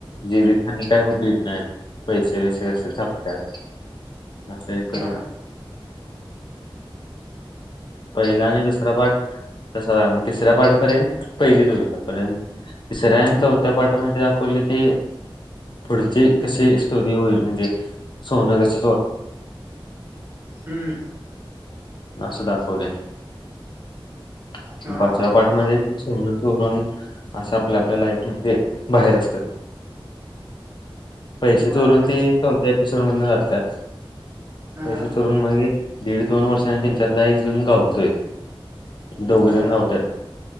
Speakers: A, on the left (about 55°); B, on the right (about 20°).
A: जीवितहानी काय होत देत नाहीत पैसे वैसे कसे झपतात अस हे करून
B: हा.
A: पहिला आणि दुसरा पाठ तसा ला तिसऱ्या पाठपर्यंत पहिली चरूतर्यंत तिसऱ्या आणि चौथ्या पाठ मध्ये कुनी ते पुढची कशी स्टोरी होईल म्हणजे सोनं कस
B: हम्म
A: आस दाखवायलय
B: हा
A: पाचव्या
B: हा हा
A: पाठ
B: हा
A: सोन ते चोरण असं आपल्या आपल्या लाईफमध्ये माहेर असतात पैसे
B: बर
A: चोरून ते चौथ्या एपिसोड मध्ये जातात
B: हा
A: पैसे चोरून मनजे दीड दोन वर्षांनी त्यांच्यातला एक जण गावतोय दोघे
B: हा
A: जण गावतात